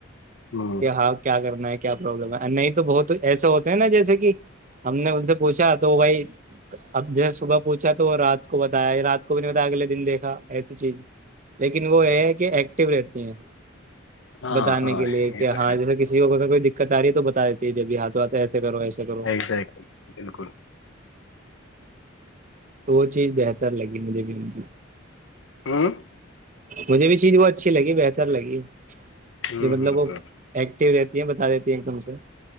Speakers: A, on the left (about 70°); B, on the right (about 40°).
A: ہوں،
B: کہ ہؤ کیا کرنا ہے لم ہے نہیں تو بہت ایسے ہوتے ہیں نا جیسے کہ ہم نے ان سے پوچھا تو بھائی اب جیسے صبح پوچھا تو رات کو بتایا رات کو بھی نہیں بتایا اگلے دن دیکھ ایسی چیز لیکن وہ یہ ہے کہ ایکٹو رہتی ہیں
A: ہاں
B: بتانے
A: ہاں
B: کے لیے کہ
A: یہ تو
B: ہاں
A: ہے
B: جیسے کسی کو اگر کوئی دقت آ رہی ہے تو بتا جب ہاتھ آتا ایسے کرو ایسے کرو
A: ایگزیکٹلی بالکل
B: وہ چیز بہتر لگی مجھے بھی ان
A: ہوں
B: مجھے بھی چیز بہت اچھی لگی بہتر لگی
A: ہوں
B: جو مطلب
A: ہ
B: وہ ایکٹو رہتے بتا دیتی ہیں ایک دم سے